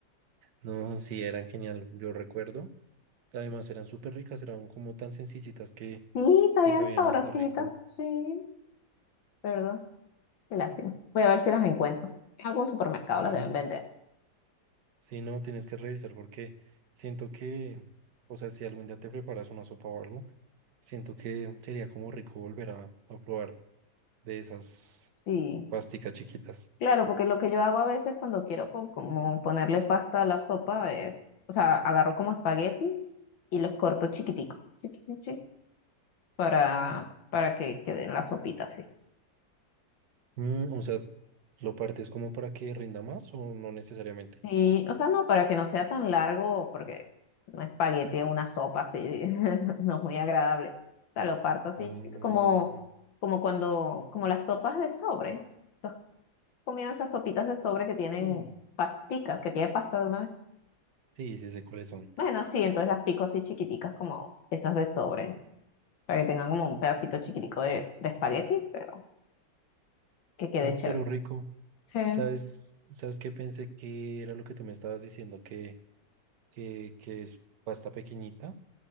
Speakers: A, on the right; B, on the left.
A: No, sí, eran genial, yo recuerdo. Además eran súper ricas, eran como tan sencillitas que,
B: Sí, sabían
A: que sabían
B: sabrositas.
A: hasta rico.
B: Sí, perdón. Qué lástima. Voy a ver si las encuentro. En algún supermercado
A: Sí.
B: las deben vender.
A: Sí, no, tienes que revisar porque siento que, o sea, si algún día te preparas una sopa o algo, siento que sería como rico volver a, a probar de esas
B: Sí.
A: pasticas chiquitas.
B: Claro, porque lo que yo hago a veces cuando quiero po- como ponerle pasta a la sopa es, o sea, agarro como espaguetis y los corto chiquiticos, chi, chi, chi, chi, para, para que queden la sopita así.
A: Mm, o sea, ¿lo partes como para que rinda más o no necesariamente?
B: Y, o sea, no, para que no sea tan largo, porque un espagueti en una sopa así <laughs> no es muy agradable. O sea, lo parto así
A: Ah,
B: chiquito, como, como cuando, como las sopas de sobre. ¿Tú has comido esas sopitas de sobre que tienen
A: sí.
B: pastica, que tiene pasta de una vez?
A: Sí, sí sé cuáles son.
B: Bueno, sí, entonces las pico así chiquiticas, como esas de sobre, para que tengan como un pedacito chiquitico de, de espagueti, pero que quede
A: Mm,
B: chévere.
A: pero rico.
B: Sí.
A: ¿Sabes? ¿Sabes qué pensé que era lo que tú me estabas diciendo? Que que, que es pasta pequeñita.